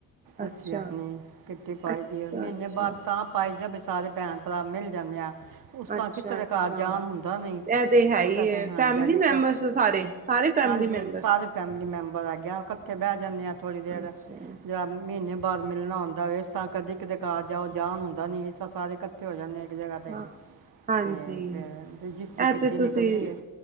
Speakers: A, on the right; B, on the right.
A: ਅੱਛਾ,
B: ਅੱਸੀਂ ਆਪਣੀ ਕਿੱਟੀ ਪਾਈ
A: ਅੱਛਾ,
B: ਦੀਏ, ਮਹੀਨੇ
A: ਅੱਛਾ,
B: ਬਾਅਦ ਤਾਂ ਪਾਈ ਦੀ ਐ ਬਈ, ਸਾਰੇ ਭੈਣ-ਭਰਾ ਮਿਲ ਜਾਂਣ। ਨੇ ਆ <unintelligible> ਉਸ ਤਰਾਂ
A: ਅੱਛਾ,
B: ਤਾਂ ਕਿਸੇ ਦੇ
A: ਅੱਛਾ।
B: ਘਰ ਜਾਨ ਹੁੰਦਾ ਨਹੀਂ,
A: ਇਹ ਤੇ ਹੈ ਹੀ ਹੈ,
B: ਹਾਂਜੀ-ਹਾਂਜੀ।
A: ਫੈਮਿਲੀ ਮੈਂਬਰਸ ਸਾਰੇ, ਸਾਰੇ ਫੈਮਿਲੀ
B: ਹਾਂਜੀ-ਹਾਂਜੀ,
A: ਮੈਂਬਰ?
B: ਸਾਰੇ ਫੈਮਿਲੀ ਮੈਂਬਰ ਹੈਗੇ ਆ। ਇਕੱਠੇ ਬਹਿ ਜਾਂਣੇ ਆ ਥੋੜੀ ਦੇਰ
A: ਅੱਛਾ,
B: ਯਾਂ ਮਹੀਨੇ ਬਾਹਰ ਮਿਲਣਾ ਹੁੰਦਾ ਏ। ਇਸ ਤਾਂ ਕਦੇ-ਕਦੇ ਕਾਰ ਜਾਓ, ਜਾਣ ਹੁੰਦਾ ਨੀ। ਇਸ ਤਾਂ ਸਾਰੇ ਇਕੱਠੇ ਹੋ ਜਾਂਦੇ ਆ। ਇੱਕ ਜਗ੍ਹਾ 'ਤੇ।
A: ਹਾਂ, ਹਾਂਜੀ,
B: ਤੇ ਫਿਰ ਰਜਿਸਟਰੀ
A: ਇਹ
B: ਕਿੱਟੀ
A: ਤੇ ਤੁਸੀਂ-
B: ਨਿਕਲਦੀ ਹੈ